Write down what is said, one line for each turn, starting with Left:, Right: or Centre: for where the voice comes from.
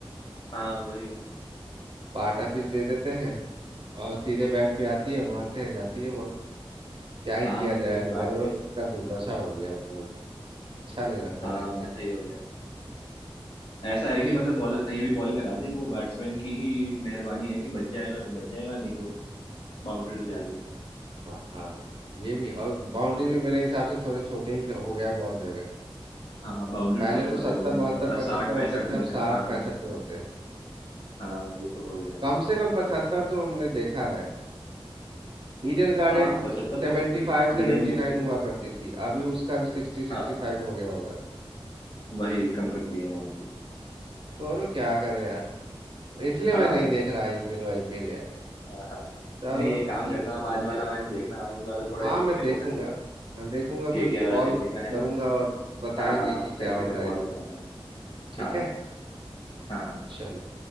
Left: हाँ वही
Right: पाटा पिच दे देते हैं और सीधे बैट पे आती है मारते हैं जाती है बॉल क्या ही
Left: हाँ
Right: किया जाए
Left: वो
Right: यार
Left: तो बैट
Right: बॉलरों
Left: पे
Right: की इतना दुर्दशा हो गया मतलब अच्छा नहीं लगता
Left: हाँ
Right: देख के
Left: ऐसा ही हो गया है ऐसा है
Right: और-
Left: कि मतलब बॉलर कहीं भी बॉल करा दे वो बैट्समैन की ही मेहरबानी है कि बच जाएगा तो बच जाएगा नहीं तो बाउंड्री तो जानी है
Right: हाँ हाँ ये भी और बाउंड्री भी मेरे हिसाब से थोड़े छोटे ही हो गया है बहुत जगह
Left: हाँ बाउंड्री
Right: पहले
Left: बहुत छोटे
Right: तो सत्तर
Left: हो गए हैं
Right: बहत्तर
Left: कितना
Right: पचहत्तर
Left: साठ पैंसठ
Right: होते थे
Left: मीटर
Right: अब साठ
Left: हाँ
Right: पैंसठ पे होते हैं
Left: हाँ ये तो हो गया है
Right: कम से कम पचहत्तर तो हमने देखा है ईडन गार्डन
Left: हाँ पचहत्तर
Right: Seventy
Left: तो होते थे
Right: five seventy
Left: ईडन में होते
Right: nine हुआ
Left: थे
Right: करती थी अभी उसका भी सिक्सटी सिक्सटी
Left: हाँ
Right: फाइव हो गया होगा
Left: वही कम कर दिए हैं बाउंड्री
Right: छोड़ो क्या करें यार इसलिए
Left: हाँ
Right: मैं नहीं देख रहा आईपीएल आईपीएल यार
Left: हाँ हाँ
Right: चलो
Left: नहीं एक
Right: ठीक
Left: काम करना आप आज वाला मैच
Right: है।
Left: देखना आज वाला थोड़ा
Right: हाँ
Left: इंटरेस्टिंग
Right: मैं देखूंगा
Left: हो सकता है
Right: हाँ देखूंगा फिर
Left: के के आर
Right: कॉल
Left: और चेन्नई का है
Right: करूंगा
Left: ना
Right: और बताएंगे
Left: हाँ आप
Right: कि क्या
Left: करके
Right: हो
Left: फिर
Right: रहा
Left: कॉल
Right: है
Left: बताना
Right: ठीक
Left: हाँ
Right: है
Left: हाँ हाँ
Right: चलो